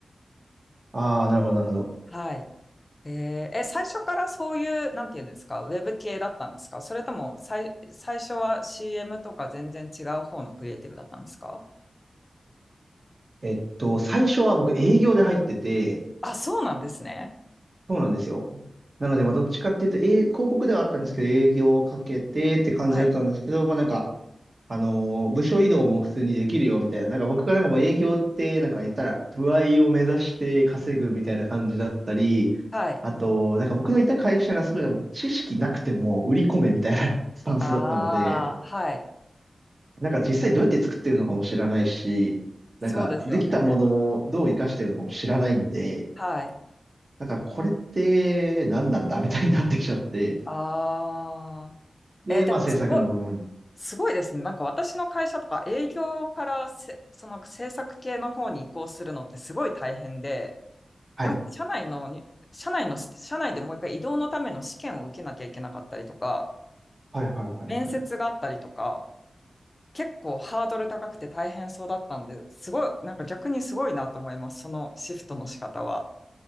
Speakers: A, on the right (about 40°); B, on the left (about 30°).
A: ああ、なるほど、なるほど。
B: はい。えーえ、最初からそういう、なんていうんですか、ウェブ系だったんですかそれとも、最、最初は CM とか全然違う方のクリエイティブだったんですか
A: えっと、最初は僕営業で入ってて、
B: あ、そうなんですね。
A: そうなんですよ。なので、まあ、どっちかっていうと、えー広告ではあったんですけど、営業をかけてって感じだったんですけど、
B: はい。
A: まあ、なんか、あのー、部署移動も普通にできるよみたいな。なんか僕がなんかもう営業ってなんか言ったら歩合を目指して稼ぐみたいな感じだったり、
B: はい。
A: あと、なんか僕のいた会社がすごいなんか知識なくても売り込めみたいな <laughs> スタンスだったので、
B: ああ、はい。
A: なんか実際どうやって作ってるのかも知らないし、
B: そうですよね。
A: なんかできたものをどう活かしてるのかも知らないんで、
B: はい。
A: なんかこれって何なんだみたいになってきちゃって、
B: ああ。
A: で、
B: えーでも、
A: まあ制作の部門に。
B: すごい、すごいですね。なんか私の会社とか営業からせ、その制作系の方に移行するのってすごい大変で、
A: はい。
B: なんか社内のに、社内の、社内でもう一回移動のための試験を受けなきゃいけなかったりとか、
A: はいはいはいはい。
B: 面接があったりとか、結構ハードル高くて大変そうだったんで、すごい、なんか逆にすごいなと思います。そのシフトの仕方は。